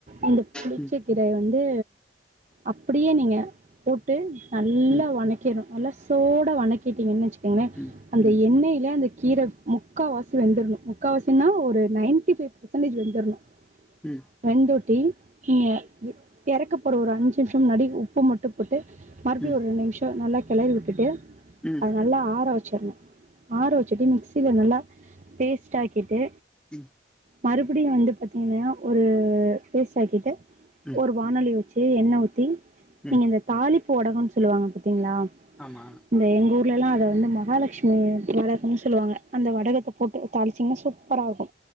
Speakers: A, on the right (about 40°); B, in the centre.
A: அந்த புளிச்ச
B: ம்
A: கீரய வந்து அப்டியே நீங்க போட்டு நல்லா
B: ம் ம்
A: வணக்கணு நல்லா சூடா வணக்கிட்டீங்கன்னு வச்சுக்கோங்களே
B: ம் ம் ம்
A: அந்த
B: ம்
A: எண்ணெய்ல அந்த கீர முக்காவாசி வெந்துர்ணு முக்காவாசின்னா ஒரு நைன்டி ஃபைவ் பர்சன்டேஜ் வெந்துர்ணு
B: ம்
A: வெந்தோட்டி நீங்க எறக்க போற ஒரு அஞ்சு நிமிஷோ முன்னாடி உப்பு மட்டு போட்டு மறுபடியு
B: ம்
A: ஒரு ரெண்டுநிமிஷோ நல்லா கெளறி விட்டுட்டு
B: ம்
A: அத நல்லா ஆற வச்சரணு ஆற வச்சுட்டு மிக்சில நல்லா பேஸ்ட் ஆக்கிட்டு
B: ம்
A: மறுபிடியு வந்து பாத்தீங்கன்னா ஒரு பேஸ்ட் ஆக்கிட்டு
B: ம்
A: ஒரு வாணெலி வச்சு எண்ணெ ஊத்தி நீங்க
B: ம்
A: இந்த தாளிப்பு வடகன்னு சொல்லுவாங்க பாத்தீங்களா
B: ஆமா
A: அத எங்க ஊர்லல்லா அத வந்து மகாலட்சுமி வடகம்னு சொல்லுவாங்க அந்த வடகத்த போட்டு தாளி ச்சிங்கன்னா சூப்பரா இருக்கு